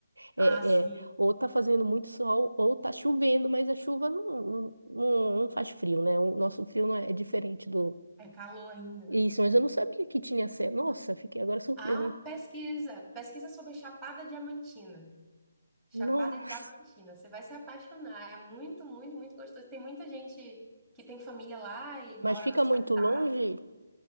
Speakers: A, on the right; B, in the centre.
A: É,
B: Ah, sim.
A: é, ou tá fazendo muito sol, ou tá chovendo, mas a chuva não, não, não- não faz frio, né? O nosso frio não é, é diferente do...
B: É calor ainda, né?
A: Isso, mas eu não sabia que tinha... sé- Nossa, fiquei agora surpresa.
B: Ah, pesquisa. Pesquisa sobre Chapada Diamantina. Chapada
A: Nossa!
B: Diamantina. Você vai se apaixonar. É muito, muito, muito gostoso. Tem muita gente que tem família lá e mora
A: Mas fica
B: nas
A: muito
B: capitais.
A: longe?